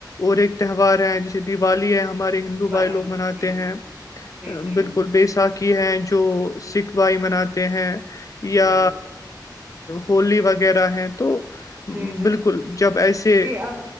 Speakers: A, on the left (about 45°); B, on the right (about 25°).
A: اور ایک تہوار ہیں جیسے دیوالی ہے ہمارے ہندو
B: دیوالی
A: بھائی لوگ مناتے
B: جی
A: ہیں
B: جی جی
A: بالکل بیےساکھی کی ہیں جو سکھ بھائی مناتے ہیں یا
B: جی
A: ہولی وغیرہ ہیں تو
B: جی جی
A: بالکل جب ایسے
B: جی اب